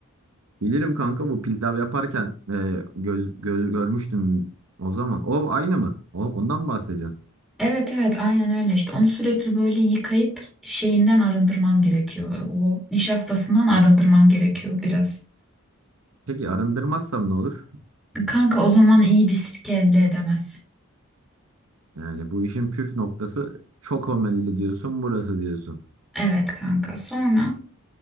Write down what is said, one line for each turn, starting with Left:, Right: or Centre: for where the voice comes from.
Right: Bilirim kanka bu pilav yaparken e, göz, göz, görmüştüm o zaman. O aynı mı? O, ondan mı bahsediyorsun?
Centre: Evet evet aynen öyle işte onu sürekli böyle yıkayıp şeyinden arındırman gerekiyor. E, O nişastasından arındırman gerekiyor biraz.
Right: Peki arındırmazsam ne olur?
Centre: Kanka o zaman iyi bir sirke elde edemez
Right: Yani bu işin püf noktası çok homelli diyorsun burası diyorsun.
Centre: Evet kanka sonra